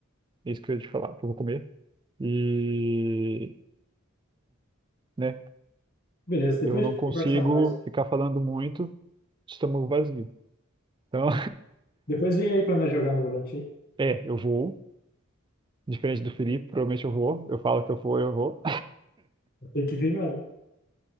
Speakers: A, on the right; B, on the left.
A: isso que eu ia te falar, que eu vou comer. E, né,
B: Beleza, depois
A: eu não
B: a gente
A: consigo
B: conversa mais.
A: ficar falando muito de estômago vazio. Então,
B: Depois vem aí pra nós jogar no volante aí.
A: <laughs> é, eu vou, diferente do Felipe, provavelmente eu vou, eu falo que eu vou, eu vou.
B: Tem que vir mesmo.